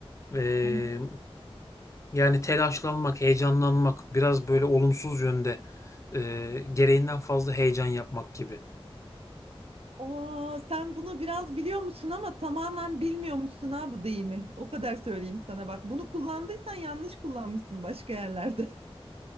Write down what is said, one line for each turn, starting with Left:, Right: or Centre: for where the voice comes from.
Left: Eee
Right: Hı hı.
Left: Yani telaşlanmak, heyecanlanmak, biraz böyle olumsuz yönde e, gereğinden fazla heyecan yapmak gibi.
Right: Oo, sen bunu biraz biliyormuşsun ama tamamen bilmiyormuşsun ha bu deyimi. O kadar söyleyeyim sana bak. Bunu kullandıysan yanlış kullanmışsın başka yerlerde.